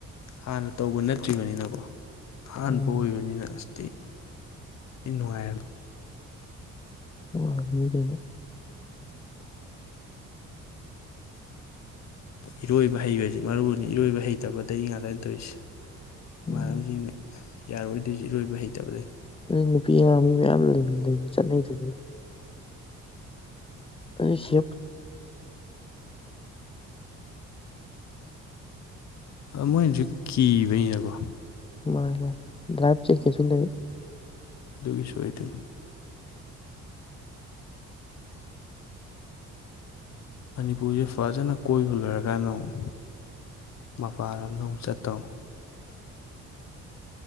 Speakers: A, on the left; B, on the left.
A: ꯍꯥꯟꯅ ꯇꯧꯕ ꯅꯠꯇ꯭ꯔꯤꯕꯅꯤꯅꯀꯣ ꯑꯍꯥꯟꯕ
B: ꯎꯝ
A: ꯑꯣꯏꯕꯅꯤꯅ ꯑꯁ ꯏꯟꯅꯨꯡꯥꯏꯜ
B: ꯑꯅꯨꯡ ꯏꯅꯤꯈꯅꯣ
A: ꯏꯔꯣꯏꯕ ꯍꯩꯕꯁꯤ ꯃꯔꯨꯅꯤ ꯏꯔꯣꯏꯕ ꯍꯩꯇꯕꯗꯒꯤ ꯉꯥꯇꯥꯏꯅ ꯇꯧꯔꯤꯁꯦ ꯏꯃꯥꯟꯅꯕꯁꯤꯡꯅ
B: ꯎꯝ
A: ꯌꯥꯔꯣꯏꯗꯣꯏꯁ ꯏꯔꯣꯏꯕ ꯍꯩꯇꯕꯗꯒꯤ
B: ꯅꯨꯄꯤ ꯑꯔꯥ ꯃꯤ ꯃꯌꯥꯝ ꯂꯩꯔꯤ ꯆꯠꯅꯩꯗꯨꯒꯤ ꯄ ꯐ
A: ꯃꯣꯏꯅꯁꯨ ꯀꯤꯕꯅꯤꯅꯀꯣ
B: ꯃ ꯃꯔ ꯂꯕ ꯆ ꯈꯦꯁꯟ ꯊ
A: ꯑꯗꯨꯒꯤꯁꯨ ꯑꯣꯏꯇ ꯃꯅꯤꯄꯨꯔꯁꯦ ꯐꯖꯅ ꯀꯣꯏꯕ ꯂꯣꯏꯔꯀꯥꯟꯗ ꯑꯃꯨꯛ ꯃꯄꯥꯟ ꯂꯝꯗ ꯆꯠꯇꯧ